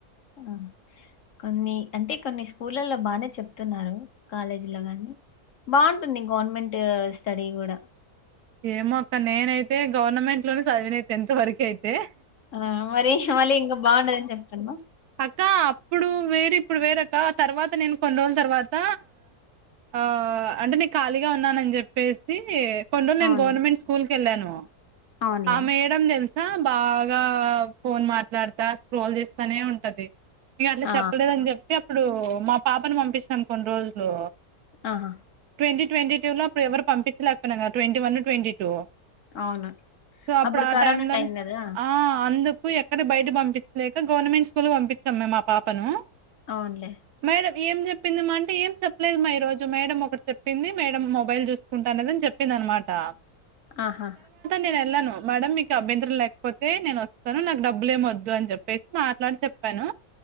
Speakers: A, on the left; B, on the right.
A: ఆ కొన్ని అంటే కొన్ని స్కూలలో బానే చెప్తున్నారు కాలేజీ లో గాని బాగుంటుంది గవర్నమెంట్ స్టడీ కూడా
B: ఏమోక్క నేనైతే గవర్నమెంట్ లోని చదివిన టెన్త్ వరకయితే
A: ఆ మరి మళ్ళీ ఇంకా బాగుండదని చెప్తున్నావు
B: కా అప్పుడు వేరు ఇప్పుడు వేరక్క తర్వాత నేను కొన్ని రోజుల తర్వాత ఆ అంటే నేను ఖాళీగా ఉన్నానని చెప్పేసి కొన్ని రోలు నేను
A: అవును
B: గవర్నమెంట్ స్కూల్ కి వెళ్ళాను
A: అవునులే
B: ఆ మేడం తెలుసా బాగా ఫోన్ మాట్లాడతా స్క్రోల్ చేస్తానే ఉంటది ఇగ అట్లా
A: ఆ
B: చెప్పలేదని చెప్పి అప్పుడు మా పాపను పంపిచ్చినాం కొన్ని రోజులు
A: ఆహా
B: ట్వంటీ ట్వంటీ టూ లో అప్పుడు ఎవరు పంపించలేకపోయినా ట్వంటీ వన్ ట్వంటీ టూ
A: అవును
B: సో అప్పుడు ఆ
A: కరోనా
B: టైమ్ లో
A: టైం కదా
B: ఆ అందుకు ఎక్ కానీ బయట పంపించలేక గవర్నమెంట్ స్కూల్ పంపిత్తాం మేము మా పాపను
A: అవునులే
B: మేడం ఏం చెప్పింది మా అంటే ఏం చెప్పలేదు మా ఈ రోజు మేడం ఒకటి చెప్పింది మేడం మొబైల్ చూసుకుంటా అనేది అని చెప్పింది అన్మాటా
A: ఆహా
B: నేను వెళ్ళాను మేడమ్ మీకు అభ్యంతరం లేకపోతే నేను వస్తాను నాకు డబ్బులు ఏం వద్దు అని చెప్పేసి మాట్లాడి చెప్పాను.